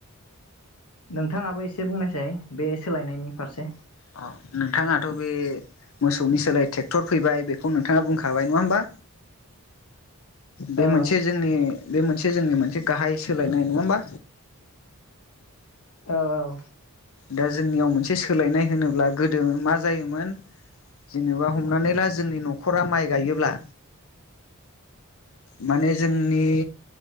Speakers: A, on the left; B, on the left.
A: नोंथाङाबो एसे बुंनायसाय बे सोलायनायनि फारसे
B: अ नोंथाङाथ' बे मोसौनि सोलाय ट्रेक्टर फैबाय बेखौ नोंथाङा बुंखाबाय नङा होमबा? बे
A: औ
B: मोनसे जोंनि बे मोनसे जोंनि मोनसे एसे गाहाय सोलायनाय नङा होमबा
A: औ औ
B: दा जोंनियाव मोनसे सोलायनाय होनोब्ला गोदो मा जायोमोन जेनेबा हमनानै ला जोंनि नखरा माइ गायोब्ला माने जोंनि